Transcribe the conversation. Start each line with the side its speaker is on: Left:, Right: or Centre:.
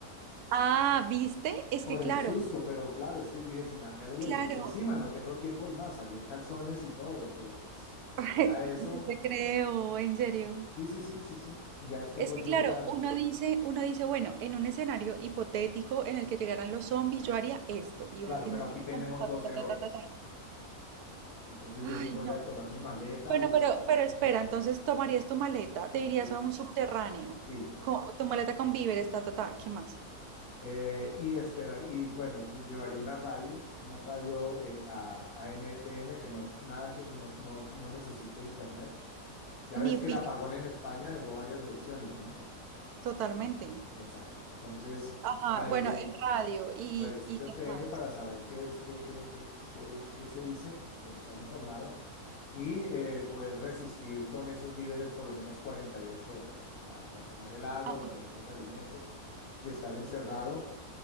Right: Ah, ¿viste? Es
Left: Por
Right: que claro,
Left: el susto, pero claro, es que yo dije, se me va a caer el
Right: claro.
Left: edificio encima, no tengo tiempo, es más, salí en calzones y todo, pero pues
Right: <laughs>
Left: era eso.
Right: No te creo, en serio.
Left: Sí, sí, sí, sí, sí. Y ya después
Right: Es
Left: volví
Right: que claro,
Left: a entrar.
Right: uno dice, uno dice, bueno, en un escenario hipotético en el que llegaran los zombies, yo haría esto. Y
Left: Claro,
Right: uno tiene
Left: pero
Right: todo
Left: aquí tenemos
Right: como ta,
Left: 12
Right: ta, ta, ta,
Left: horas.
Right: ta, ta, ta.
Left: Entonces
Right: Ay,
Left: yo sí podría
Right: no.
Left: tomar mi maleta,
Right: Bueno,
Left: busque.
Right: pero, pero espera, entonces tomarías tu maleta, te irías
Left: Sí,
Right: a un subterráneo,
Left: sí.
Right: co- tu maleta con víveres, ta, ta, ta, ¿qué más?
Left: Eh, y esperar, y bueno, y te- llevaría una radio, una radio eh, a, a m F M que no, nada que no, no, no necesite internet. Ya ves
Right: Ni
Left: que
Right: pilas,
Left: el apagón en España dejó varias lecciones, ¿no?
Right: totalmente.
Left: Exacto. Entonces,
Right: Ajá,
Left: radio
Right: bueno, el radio y,
Left: Radiecito
Right: y qué
Left: FM
Right: más.
Left: para saber qué es, qué, qué, qué, qué- qué se dice, eh, estar informado y eh, poder resistir con esos víveres por lo menos 48 horas, o sea, racionar el agua,
Right: Ajá,
Left: racionar los alimentos y estar encerrado,